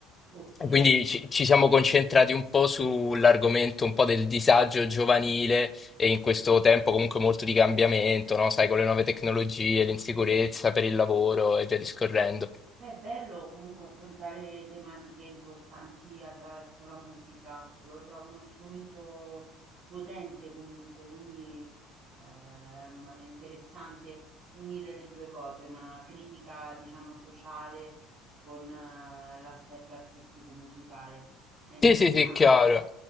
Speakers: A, on the right; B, on the left.
A: Ok,
B: Quindi ci, ci siamo concentrati un po' sull'argomento un po' del disagio giovanile e in questo tempo comunque molto di cambiamento, no? Sai, con le nuove tecnologie, l'insicurezza per il lavoro e via discorrendo.
A: Beh, è bello comunque affrontare tematiche importanti attraverso la musica, lo trovo uno strumento potente comunque, quindi ehm, è interessante unire le due cose, una critica diciamo sociale con eh, l'aspetto artistico musicale. È interessante
B: Sì, sì, sì, chiaro.